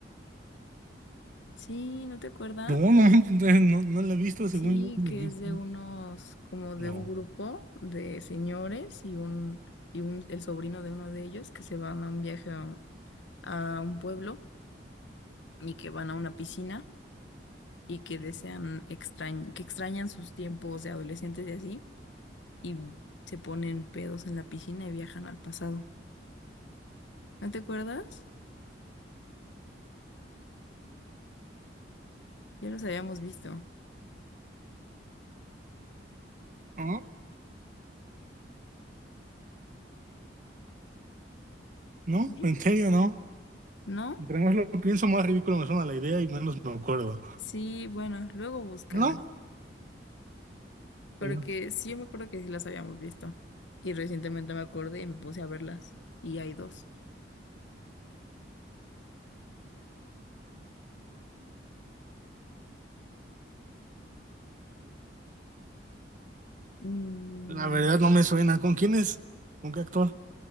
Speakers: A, on the left (about 80°); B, on the right (about 45°).
A: Sí, ¿no te acuerdas?
B: No, no, <laughs> no, no la he visto, según
A: Sí,
B: yo no
A: que
B: la he visto.
A: es de unos, como de
B: No.
A: un grupo de señores y un, y un, el sobrino de uno de ellos que se van a un viaje a a un pueblo y que van a una piscina. y que desean extrañ que extrañan sus tiempos de adolescentes y así, y se ponen pedos en la piscina y viajan al pasado. ¿No te acuerdas? Ya los habíamos visto.
B: Ah. No,
A: ¿Sí?
B: en serio, no.
A: ¿No?
B: Entre más lo pienso, más ridículo me suena la idea y menos me acuerdo.
A: Sí, bueno, luego búscalas,
B: No,
A: porque
B: eh,
A: sí, yo me acuerdo que sí las habíamos visto. Y recientemente me acordé y me puse a verlas. Y hay dos. Mm,
B: la verdad no me suena. ¿Con quién es? ¿Con qué actor?